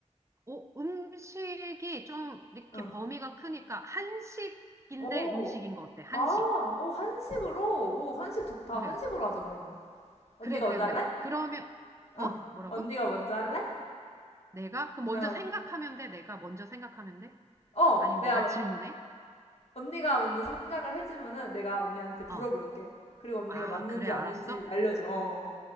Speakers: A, on the right; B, on the left.
A: 어, 음식이 좀 이렇게
B: 어.
A: 범위가 크니까 한식인데
B: 오.
A: 음식인 거 어때? 한식.
B: 아, 오, 한식으로? 오, 한식 좋다.
A: 그래.
B: 한식으로 하자, 그러면. 언니가
A: 그래, 그래,
B: 먼저
A: 그래.
B: 할래?
A: 그러면,
B: 어.
A: 어? 뭐라고?
B: 언니가 먼저 할래?
A: 내가? 그럼 먼저
B: 어.
A: 생각하면 돼? 내가 먼저 생각하면 돼?
B: 어,
A: 아니면
B: 내가,
A: 내가
B: 마-
A: 질문해?
B: 언니가 먼저 생각을 해주면은 내가 언니한테 물어볼게.
A: 어.
B: 그리고 언니가
A: 아,
B: 맞는지
A: 그래, 알았어?
B: 아닌지 알려줘. 어.